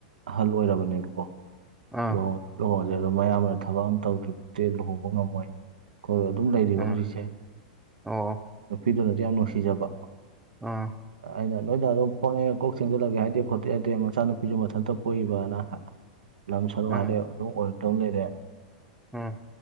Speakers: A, on the right; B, in the centre.
A: ꯑꯍꯜ ꯑꯣꯏꯔꯕꯅꯦꯕꯀꯣ
B: ꯑꯥ
A: <unintelligible> ꯑꯗꯣ ꯃꯌꯥꯝꯕꯅ ꯊꯕꯛ ꯑꯃ ꯇꯧꯗ꯭ꯔꯤꯐꯥꯎꯛꯇꯦ ꯂꯨꯍꯣꯡꯕ ꯉꯝꯃꯣꯏ ꯈꯣꯏ ꯑꯗꯨꯝ ꯂꯩꯔꯤꯕ
B: ꯎꯝ
A: ꯍꯧꯖꯤꯛꯁꯦ
B: ꯑꯣ
A: ꯅꯨꯄꯤꯗꯨꯅꯗꯤ ꯌꯥꯝ ꯅꯨꯡꯁꯤꯖꯕ
B: ꯑꯥ
A: ꯑꯩꯅ ꯅꯣꯏ ꯗꯥꯗꯣ ꯄꯪꯉꯦ ꯀꯣꯛ ꯆꯪꯁꯤꯜꯂꯒꯦ ꯍꯥꯏꯗꯦ ꯈꯣꯠꯇꯦ ꯌꯥꯗꯦ ꯃꯆꯥꯅꯨꯄꯤꯁꯨ ꯃꯊꯟꯇ ꯄꯣꯛꯏꯕꯅ ꯂꯝ ꯁꯔꯨ
B: ꯎꯝ
A: ꯍꯥꯏꯗꯤ ꯑꯗꯨꯝ ꯑꯣꯏꯔꯛꯇꯧ ꯂꯩꯔꯦ
B: ꯎꯝ